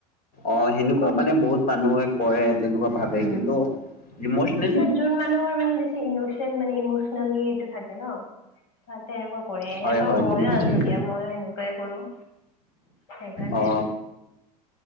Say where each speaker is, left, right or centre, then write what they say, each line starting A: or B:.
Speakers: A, on the left; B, on the left.
A: অ', সেনেকুৱা মানে বহুত মানুহে কৰে, তেনেকুৱা ভাবে
B: উম
A: কিন্তু ইমচনেল
B: যোন মানুহৰ মানে বেছি ইনচেন মানে ইমচনেলি এইটো থাকে ন'! তাতে তেনেকুৱা কৰে,
A: হয়
B: সেনেকুৱা
A: হয়
B: মইয়ো
A: তুমি
B: আছোঁ
A: ঠিক
B: দিয়া ময়ো সেনেকুৱাই কৰোঁ। সেইকাৰণে।
A: অ